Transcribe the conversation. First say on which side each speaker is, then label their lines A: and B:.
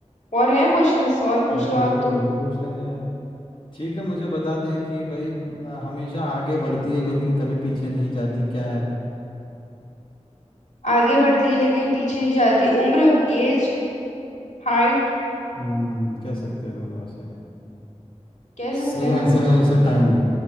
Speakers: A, on the left; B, on the left.
A: और है क्वेश्चंस और पूछ
B: अरे
A: लो
B: बिल्कुल
A: आप तो
B: बिल्कुल पूछ लेंगे यार ठीक है मुझे बता दे कि भाई न, हमेशा आगे बढ़ती है लेकिन कभी पीछे नहीं जाती क्या है वो
A: आगे बढ़ती है लेकिन पीछे नहीं जाती उम्र एज हाइट
B: हम्म कह सकते हैं दोनों वैसे
A: कह
B: सही
A: सकते हैं ना
B: आंसर है वैसे टाइम